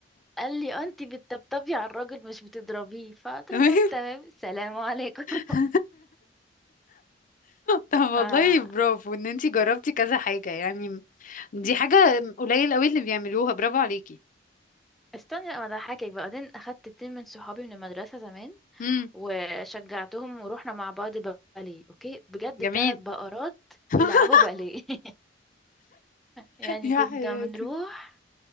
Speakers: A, in the centre; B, on the left.
A: قال لي آه، انت بتطبطبي على الراجل مش بتضربيه فقلت
B: <laughs> تمام
A: له طب تمام سلام عليكم
B: <laughs> طب والله
A: <laughs>
B: برافو
A: ف
B: ان انتي جربتي كذا حاجة يعني دي حاجة قليل قوي اللي بيعملوها برافو عليكي
A: استني لما اضحكك بقى بعدين اخدت اتنين من صحابي من المدرسه زمان
B: امم
A: وشجعتهم ورحنا مع بعض باليه اوكي بجد
B: جميل
A: ثلاث بقرات
B: <laughs>
A: بيلعبوا باليه <laughs> يعني
B: يا
A: كنا
B: حياتي
A: بنروح